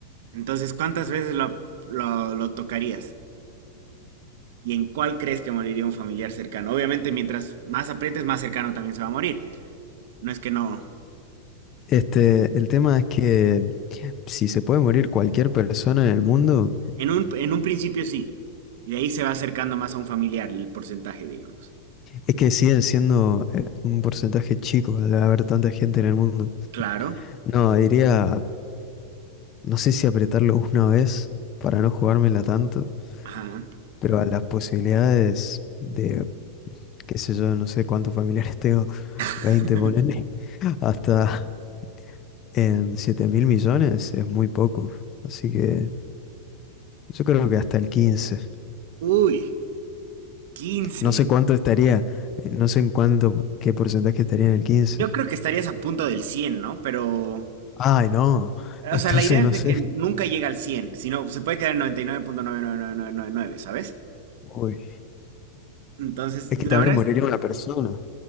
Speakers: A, on the right; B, on the left.
A: Entonces, ¿cuántas veces lo, lo- lo tocarías? ¿Y en cuál crees que moriría un familiar cercano? Obviamente, mientras más aprietes, más cercano también se va a morir. No es que no.
B: Este, el tema es que si se puede morir cualquier persona en el mundo,
A: En un, en un principio sí. Y de ahí se va acercando más a un familiar el porcentaje, digamos.
B: es que siguen siendo eh, un porcentaje chico al haber tanta gente en el mundo.
A: Claro.
B: No, diría No sé si apretarlo una vez para no jugármela tanto,
A: Ajá.
B: pero a las posibilidades de, qué sé yo, no sé cuántos familiares tengo, <laughs>
A: <laughs>
B: 20 ponele, <laughs> hasta en siete mil millones es muy poco. Así que yo creo que hasta el quince
A: Uy, 15.
B: No sé cuánto estaría, eh, no sé en cuánto, qué porcentaje estaría en el quince
A: Yo creo que estarías a punto del 100, ¿no? Pero
B: Ay, no, <laughs> entonces
A: O sea, la idea
B: no
A: es de
B: sé.
A: que nunca llega al 100, sino se puede quedar en noventa y nueve punto nueve nueve nueve nueve punto nueve, ¿sabes?
B: Uy,
A: Entonces,
B: es que
A: la
B: también
A: verdad
B: moriría
A: es,
B: una persona.